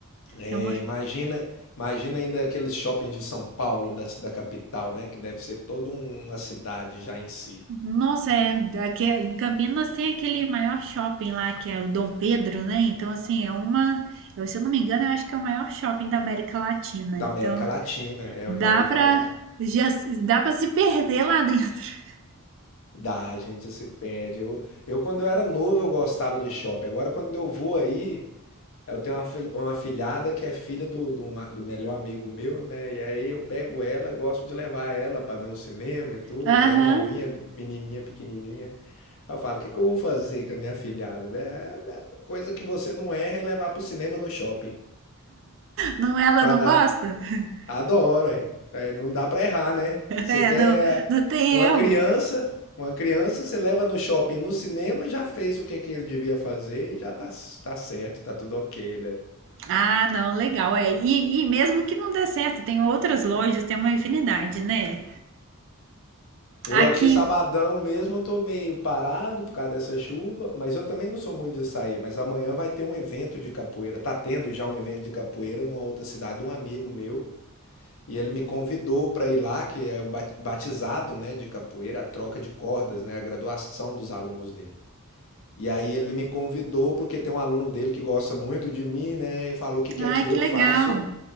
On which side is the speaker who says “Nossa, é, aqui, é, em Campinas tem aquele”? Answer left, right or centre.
Right